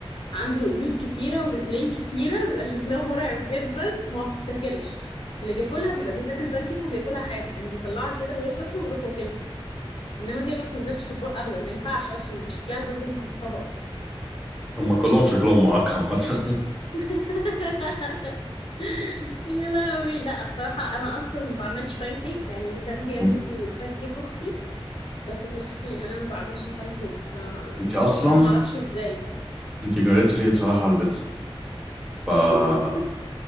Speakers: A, on the left; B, in the centre.
A: عنده قيود كتيرة ورجلين كتيرة بيبقى شكلها مرعب جدا وما بتتاكلش اللي بياكلها بيبقى بيحب البانكيك وبياكلها حاف يعني بيطلعها كده وهي سخنة ويروح واكلها انما دي ما بتنزلش في اطباق ابدا ما ينفعش اصلا بشكلها ده تنزل في طبق
B: هم كلهم شكلهم معاك عامه
A: <laughs> يا لهوي لا بصراحة أنا أصلا ما بعملش بانكيك يعني اللي كان بيعمل
B: <laughs>
A: لي البانكيك أختي بس في العادي أنا ما بعملش البانكيك ف...
B: انت اصلا
A: فبصراحة ما أعرفش إزاي
B: انت جريتي ليه بصراحه على البيتزا فا
A: <laughs>